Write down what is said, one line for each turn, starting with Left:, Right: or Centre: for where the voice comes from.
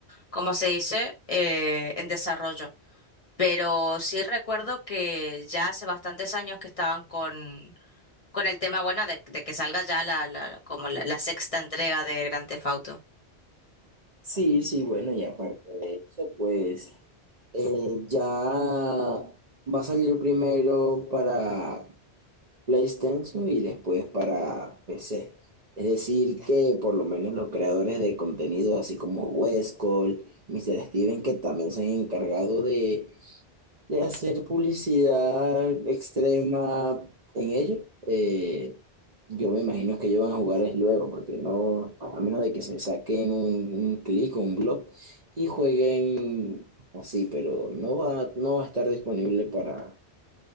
Left: ¿cómo se dice? Eh, en desarrollo. pero sí recuerdo que ya hace bastantes años que estaban con, con el tema, bueno, de, de que salga ya la, la, como la, la sexta entrega de Grand Theft Auto.
Right: Sí, sí, bueno, y aparte de eso, pues eh, ya va a salir primero para PlayStation y después para PC. Es decir, que por lo menos los creadores de contenido, así como Wes Cole, Mr. Steven, que también se han encargado de, de hacer publicidad extrema en ello, eh, yo me imagino que ellos van a jugar es luego, porque no, a menos de que se saquen un, un clic o un blog y jueguen así, pero no va, no va a estar disponible para,